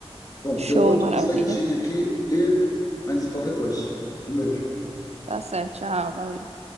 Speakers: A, on the left; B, on the right.
A: Bom,
B: Show,
A: eu vou dar
B: maravilha.
A: uma saidinha aqui e a gente se fala depois. Um beijo.
B: Tá certo, tchau, valeu.